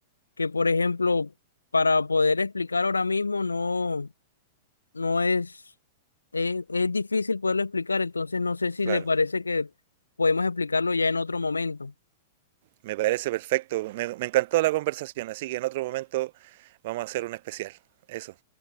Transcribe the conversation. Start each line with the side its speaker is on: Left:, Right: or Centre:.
Left: que por ejemplo, para poder explicar ahora mismo no no es, es, es difícil poderlo explicar, entonces no sé si
Right: Claro,
Left: le parece que podemos explicarlo ya en otro momento.
Right: me parece perfecto. Me, me encantó la conversación, así que en otro momento vamos a hacer un especial. Eso.